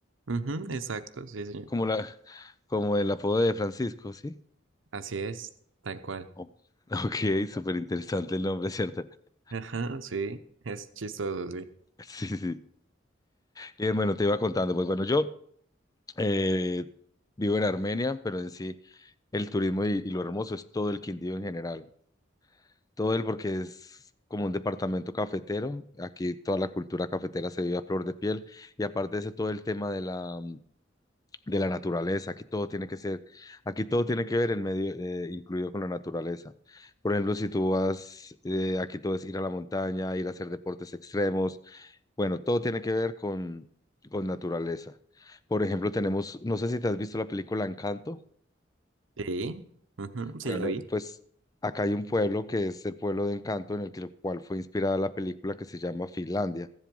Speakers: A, on the right; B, on the left.
A: Ujú, exacto, sí, señor.
B: como la, como el apodo de Francisco, ¿sí?
A: Así es, tal cual.
B: Oh, <laughs> ok, súper interesante el nombre, ¿cierto? <laughs>
A: Ajá, sí, es chistoso, sí.
B: Sí, sí. Y bueno, te iba contando, pues bueno, yo... Eh, vivo en Armenia, pero en sí el turismo y, y lo hermoso es todo el Quindío en general. Todo el porque es como un departamento cafetero. Aquí toda la cultura cafetera se vive a flor de piel. Y aparte de eso, todo el tema de la, de la naturaleza. Aquí todo tiene que ser, aquí todo tiene que ver en medio, eh, incluido con la naturaleza. Por ejemplo, si tú vas, eh, aquí todo es ir a la montaña, ir a hacer deportes extremos. Bueno, todo tiene que ver con, con naturaleza. Por ejemplo, tenemos, no sé si te has visto la película Encanto.
A: Sí, ujú, sí
B: Bueno,
A: la vi.
B: pues acá hay un pueblo que es el pueblo de Encanto en el que- cual fue inspirada la película que se llama Finlandia,